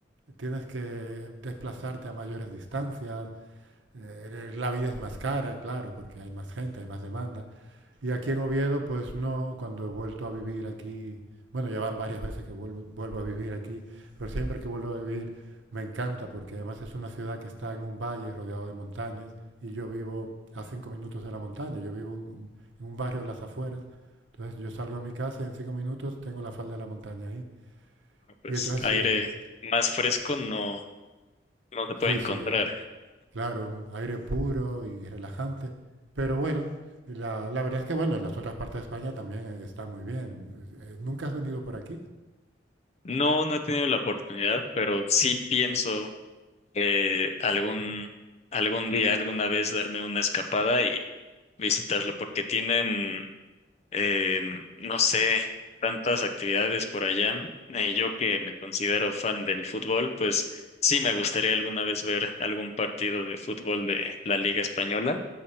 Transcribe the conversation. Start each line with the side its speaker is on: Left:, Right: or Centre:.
Right: Tienes que desplazarte a mayores distancias. eh, la vida es más cara, claro, porque hay más gente, hay más demanda. Y aquí en Oviedo, pues no, cuando he vuelto a vivir aquí, bueno, ya van varias veces que vuelvo, vuelvo a vivir aquí, pero siempre que vuelvo a vivir me encanta porque además es una ciudad que está en un valle rodeado de montañas y yo vivo a cinco minutos de la montaña, yo vivo en, en un barrio de las afueras, entonces yo salgo de mi casa y en cinco minutos tengo la falda de la montaña ahí.
Left: pues
Right: Y entonces
Left: aire
Right: sí es,
Left: más fresco
Right: claro.
Left: no, no se puede
Right: sí,
Left: encontrar.
Right: sí, Claro, aire puro y relajante. Pero bueno, la, la verdad es que bueno, en las otras partes de España también eh, está muy bien. Eh, eh, ¿Nunca has venido por aquí?
Left: No, no he tenido la oportunidad, pero sí pienso eh, algún, algún día, alguna vez darme una escapada y visitarlo, porque tienen, eh, no sé, tantas actividades por allá. Eh, yo que me considero fan del fútbol, pues sí me gustaría alguna vez ver algún partido de fútbol de la Liga Española